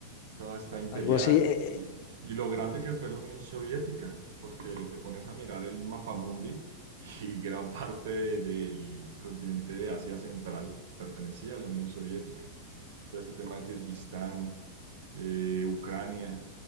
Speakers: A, on the right; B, on the left.
A: toda está imperial
B: algo así. eh, eh,
A: y, y lo grande que fue la Unión Soviética, porque te pones a mirar el mapamundi <laughs> y gran parte de- del continente de Asia Central pertenecía a la Unión Soviética. todo este tema de Kirguistán, eh, Ucrania,